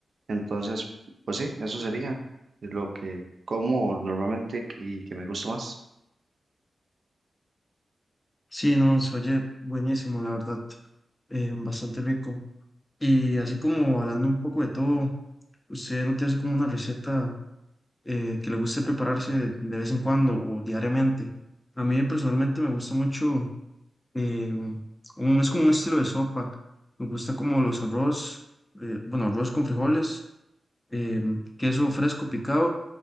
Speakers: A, on the right; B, on the left.
A: Entonces, pues sí, eso sería lo que como normalmente y que me gusta más.
B: Sí, no, se oye buenísimo, la verdad, eh, bastante rico. Y así como hablando un poco de todo, ¿usted no tiene así como una receta eh, que le guste prepararse de, de vez en cuando o diariamente? A mí personalmente me gusta mucho, eh, un- es como un estilo de sopa, me gusta como los arroz, eh, bueno, arroz con frijoles em, queso fresco picado